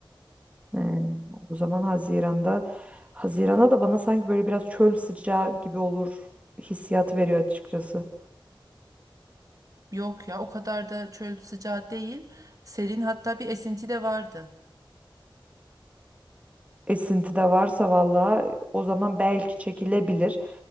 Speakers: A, on the right; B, on the right.
A: Hmm, O zaman Haziran'da Haziran'a da bana sanki böyle biraz çöl sıcağı gibi olur hissiyatı veriyor açıkçası.
B: Yok ya o kadar da çöl sıcağı değil. Serin hatta bir esinti de vardı.
A: Esinti de varsa valla o zaman belki çekilebilir.